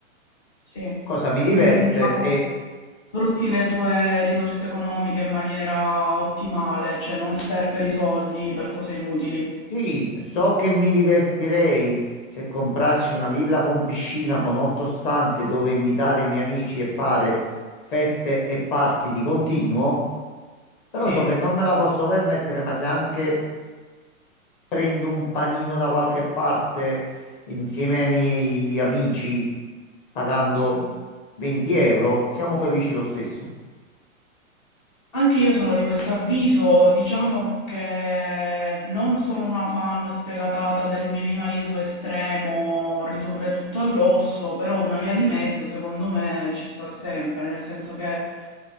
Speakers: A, on the left (about 25°); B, on the left (about 40°).
A: sì,
B: cosa mi diverte
A: quindi diciamo
B: e
A: sfrutti le tue risorse economiche in maniera ottimale, cioè non sperperi soldi per cose inutili.
B: Sì, so che mi divertirei se comprassi una villa con piscina con otto stanze dove invitare i miei amici e fare feste e party di continuo, però
A: Sì,
B: so che non me la posso permettere, ma se anche prendo un panino da qualche parte insieme ai miei amici pagando
A: sì.
B: 20 euro, siamo felici lo stesso.
A: Anche io sono di questo avviso, diciamo che non sono una fan sfegatata del minimalismo estremo, ridurre tutto all'osso, però una via di mezzo secondo me ci sta sempre, nel senso che,